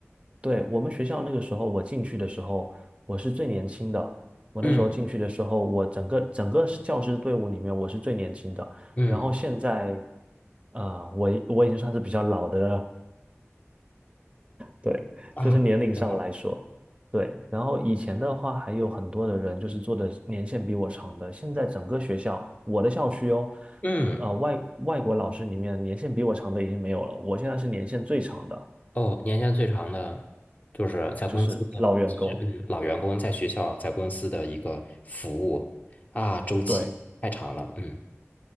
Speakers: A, on the right; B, on the left.
A: 对，我们学校那个时候我进去的时候，我是最年轻的。我那时候进去的时候，
B: 嗯
A: 我整个整个教师队伍里面我是最年轻的。
B: 嗯
A: 然后现在，呃，我我已经算是比较老的对，
B: 啊，
A: 就是年龄上来说，
B: 真的，
A: 对。然后以前的话，还有很多的人就是做的年限比我长的。现在整个学校，我的校区哦，
B: 嗯。
A: 呃，外外国老师里面年限比我长的已经没有了，我现在是年限最长的，
B: 哦，年限最长的就是在公司的，
A: 就是老员工。
B: 其实嗯，老员工在学校在公司的一个服务啊，周期太长了，
A: 对
B: 嗯，